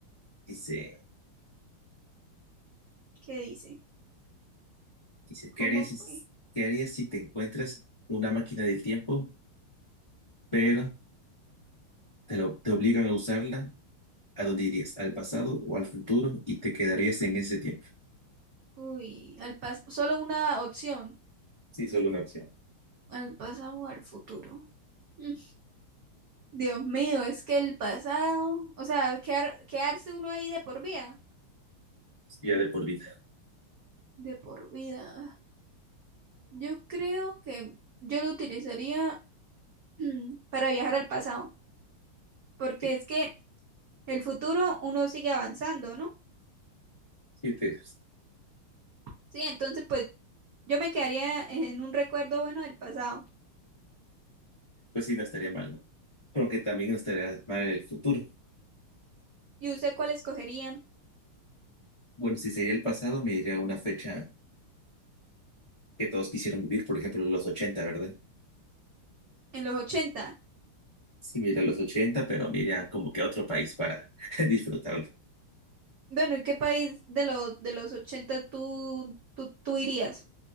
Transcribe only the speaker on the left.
Dice,
dice,
¿qué harías si,
qué harías si te encuentras una máquina del tiempo, pero te, lo, te obligan a usarla ¿A dónde irías? ¿Al pasado o al futuro? Y te quedarías en ese tiempo.
Sí, solo una opción.
Sí, Ya de por vida.
Sí,
sí, te-
pues sí, no estaría mal, ¿no? Pero aunque también no estaría mal el futuro.
Bueno, si sería el pasado, me iría a una fecha que todos quisieran vivir, por ejemplo, los ochenta, ¿verdad?
Sí, me iría a los 80, pero me iría como que a otro país para <laughs> disfrutarlo.